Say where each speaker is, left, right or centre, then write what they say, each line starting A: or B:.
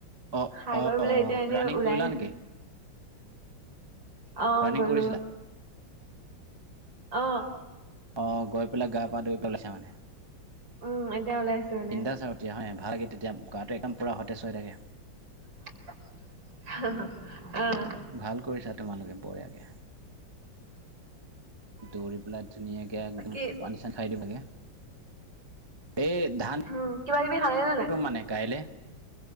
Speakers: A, on the right; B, on the right.
A: অ'
B: খাই
A: অ'
B: কৰিবলৈ
A: অ'
B: এতিয়া এনে
A: ৰানিং
B: ওলাই
A: কৰিলা
B: আহিছো।
A: নেকি?
B: অহ
A: ৰানিং
B: গ'লোঁ
A: কৰিছিলা?
B: অহ।
A: অ', গৈ পেলাই গা পা ধুই পেলাইছে মানে।
B: উম এতিয়া ওলাইছো এনে
A: বিন্দাছ আৰু তেতিয়া হয়নে ভাল লাগে তেতিয়া গাটো একদম পুৰা সতেজ হৈ থাকে।
B: <unintelligible> অ'।
A: ভাল কৰিছা তোমালোকে বঢ়িয়াকে। দৌৰি পেলাই ধুনীয়াকে একদম
B: বাকী
A: পানী চানী খাই দিব লাগে। এই ধানতো
B: উম কিবা কিবি খালে নে নাই?
A: <unintelligible> মানে কাইলৈ